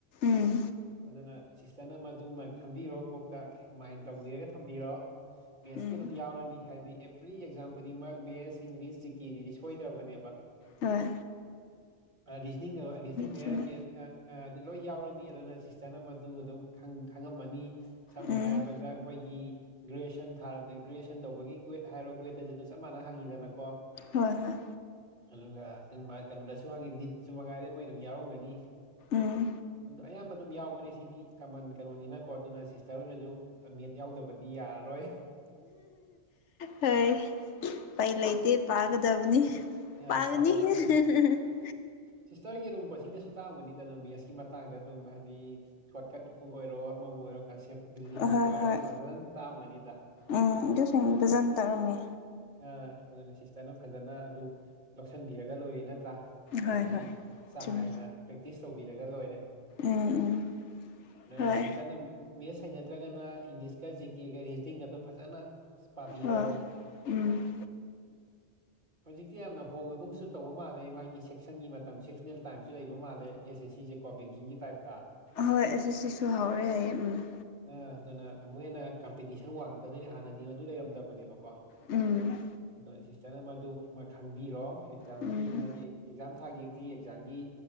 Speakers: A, on the left; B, on the right.
A: ꯎꯝ
B: ꯑꯗꯨꯅ ꯁꯤꯁꯇꯔꯅ ꯃꯗꯨ ꯈꯟꯕꯤꯔꯣ ꯀꯣꯛꯇ ꯃꯥꯏꯟ ꯇꯧꯕꯤꯔꯒ ꯊꯝꯕꯤꯔꯣ ꯃꯦꯠꯁꯇꯤ
A: ꯎꯝ
B: ꯑꯗꯨꯝ ꯌꯥꯎꯔꯅꯤ ꯍꯥꯏꯕꯗꯤ ꯑꯦꯕ꯭ꯔꯤ ꯑꯦꯛꯖꯥꯝ ꯈꯨꯗꯤꯡꯃꯛ ꯃꯦꯠꯁ ꯏꯪꯂꯤꯁ ꯖꯤ ꯀꯦ ꯗꯤ ꯁꯣꯏꯗꯕꯅꯦꯕ
A: ꯍꯣꯢ
B: ꯔꯤꯖꯅꯤꯡ ꯔꯤꯖꯅꯤꯡꯅꯦ
A: ꯆꯨꯝꯃꯦ
B: ꯑꯥ ꯂꯣꯏ ꯌꯥꯎꯔꯅꯤ ꯑꯗꯨꯅ ꯁꯤꯁꯇꯔꯅ ꯑꯗꯨ ꯑꯗꯨꯝ ꯈꯪꯉꯝꯃꯅꯤ ꯁꯝꯅ
A: ꯎꯝ
B: ꯍꯥꯏꯔꯕꯗ ꯑꯩꯈꯣꯏꯒꯤ ꯒ꯭ꯔꯦꯖꯨꯑꯦꯁꯟ ꯊꯥꯔꯝꯗꯥꯢ ꯒ꯭ꯔꯦꯋꯌꯦꯁꯟ ꯇꯧꯕꯒꯤ ꯀꯨꯋꯦꯠ ꯍꯥꯏꯔꯣ ꯀꯨꯋꯦꯠꯇ ꯑꯗꯨ ꯆꯞ ꯃꯥꯟꯅ ꯍꯪꯉꯤꯗꯅꯀꯣ
A: ꯍꯣꯏ ꯍꯣꯏ
B: ꯑꯗꯨꯒ ꯃꯥ ꯀꯩꯅꯣꯗꯁꯨ ꯍꯪꯉꯤ ꯅꯤꯠꯁꯨ ꯃꯉꯥꯏꯔꯦ ꯃꯣꯏ ꯑꯗꯨꯝ ꯌꯥꯎꯔꯝꯒꯅꯤ
A: ꯎꯝ
B: ꯑꯗꯨ ꯑꯌꯥꯝꯕ ꯑꯗꯨꯝ ꯌꯥꯎꯕꯅꯦ ꯁꯤꯗꯤ ꯀꯃꯟ ꯀꯩꯅꯣꯅꯤꯅꯀꯣ ꯑꯗꯨꯅ ꯁꯤꯁꯇꯔ ꯍꯣꯏꯅꯁꯨ ꯃꯦꯠ ꯌꯥꯎꯗꯕꯗꯤ ꯌꯥꯔꯔꯣꯏ
A: ꯍꯣꯏ ꯎꯄꯥꯢ ꯂꯩꯇꯦ ꯄꯥꯒꯗꯕꯅꯤ
B: ꯑ,
A: ꯄꯒꯅꯤ
B: ꯄꯥꯒꯗꯧꯕꯅꯤ
A: <unintelligible>
B: ꯁꯤꯁꯇꯔꯒꯤ ꯑꯗꯨꯝ ꯀꯣꯆꯤꯡꯗꯁꯨ ꯇꯥꯛ ꯑꯝꯒꯅꯤꯗ ꯑꯗꯨꯝ ꯃꯦꯠꯁꯀꯤ ꯃꯇꯥꯡꯗ ꯑꯗꯨꯝ ꯍꯥꯏꯗꯤ ꯁꯣꯠꯀꯠꯄꯨꯕ ꯑꯣꯏꯔꯣ ꯑꯃꯕꯨ ꯑꯣꯏꯔꯣ ꯀꯟꯁꯦꯞ ꯕꯤꯜꯗꯤꯡꯒꯤꯕꯨ
A: ꯑꯍꯣꯏ
B: ꯑꯣꯏꯔꯣ
A: ꯍꯣꯏ
B: ꯑꯗꯨꯝ ꯐꯖꯅꯗꯤ ꯇꯥꯛꯑꯝꯒꯅꯤꯗ
A: ꯎꯝ ꯑꯗꯨꯁꯤꯡꯗꯨ ꯐꯖꯅ ꯇꯧꯔꯝꯃꯦ
B: ꯑꯥ ꯑꯗꯨꯅ ꯁꯤꯁꯇꯔꯅ ꯐꯖꯅ ꯑꯗꯨ ꯂꯧꯁꯟꯕꯤꯔꯒ ꯂꯣꯏꯔꯦ ꯅꯠꯇ꯭ꯔꯥ ꯑꯗꯒꯤ
A: ꯍꯣꯏ ꯍꯣꯏ
B: ꯆꯥꯡ
A: ꯆꯨꯝꯃꯤ
B: ꯅꯥꯏꯅ ꯄ꯭ꯔꯦꯛꯇꯤꯁ ꯇꯧꯕꯤꯔꯒ ꯂꯣꯏꯔꯦ
A: ꯎꯝ ꯎꯝ
B: ꯑꯗꯨꯅ
A: ꯍꯣꯏ
B: ꯁꯤꯁꯇꯔꯅ ꯃꯦꯠꯁ ꯍꯩ ꯅꯗꯔꯒꯅ ꯏꯪꯂꯤꯁꯀ ꯖꯤ ꯀꯦꯒ ꯔꯤꯖꯅꯤꯡꯒꯗꯣ ꯐꯖꯅ ꯄꯥꯕꯤꯔꯣ
A: ꯍꯣꯢ ꯎꯝ
B: ꯍꯧꯖꯤꯛꯇꯤ ꯌꯥꯝꯅ ꯍꯣꯡꯉꯒꯨꯝꯁꯨ ꯇꯧꯕ ꯃꯥꯜꯂꯦ ꯃꯥꯒꯤ ꯁꯦꯛꯁꯟꯒꯤ ꯃꯇꯝ ꯁꯦꯛꯁꯅꯦꯜ ꯇꯥꯏꯝꯁꯨ ꯂꯩꯕ ꯃꯥꯜꯂꯦ ꯑꯦꯁ ꯑꯦꯁ ꯁꯤꯁꯦꯀꯣ ꯕꯦꯡꯀꯤꯡꯒꯤ ꯇꯥꯏꯞꯇ
A: ꯍꯣꯏ ꯑꯁꯤ ꯁꯤꯁꯨ ꯍꯥꯎꯔꯦ ꯍꯥꯢꯌꯦ ꯎꯝ
B: ꯑꯥ ꯑꯗꯨꯅ ꯑꯃꯨꯛ ꯍꯦꯟꯅ ꯀꯝꯄꯤꯇꯤꯁꯟ ꯋꯥꯡꯉꯛꯀꯗꯣꯏꯅꯦ ꯍꯥꯟꯅꯗꯤ ꯃꯗꯨ ꯂꯩꯔꯝꯗ ꯕꯅꯦꯕꯀꯣ
A: ꯎꯝ
B: <unintelligible> ꯑꯗꯣ ꯁꯤꯁꯇꯔꯅ ꯃꯗꯨ ꯑꯃ ꯈꯪꯕꯤꯔꯣ ꯑꯦꯛꯖꯥꯝꯒꯤ
A: ꯎꯝ
B: ꯍꯥꯏꯗꯤ ꯑꯦꯛꯖꯥꯝ ꯊꯥꯒꯦꯗꯤ ꯑꯦꯛꯖꯥꯝꯒꯤ